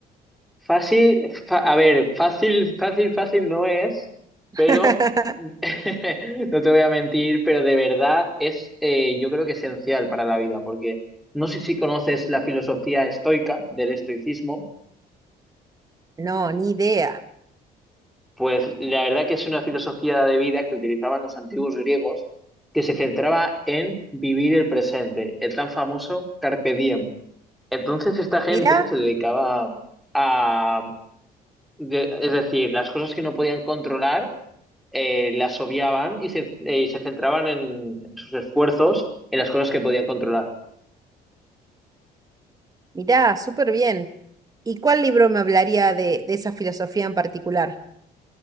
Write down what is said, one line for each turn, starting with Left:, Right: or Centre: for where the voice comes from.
Centre: Fácil, fa- a ver, fácil, fácil, fácil no es, pero
Right: <laughs>
Centre: <laughs> no te voy a mentir, pero de verdad es, eh, yo creo que esencial para la vida, porque no sé si conoces la filosofía estoica del estoicismo
Right: No, ni idea.
Centre: Pues la verdad que es una filosofía de vida que utilizaban los antiguos griegos, que se centraba en vivir el presente, el tan famoso carpe diem. Entonces esta gente
Right: Mirá,
Centre: se dedicaba a, de- es decir, las cosas que no podían controlar, eh, las obviaban y se, eh, y se centraban en, en sus esfuerzos en las cosas que podían controlar.
Right: mirá, súper bien. ¿Y cuál libro me hablaría de, de esa filosofía en particular?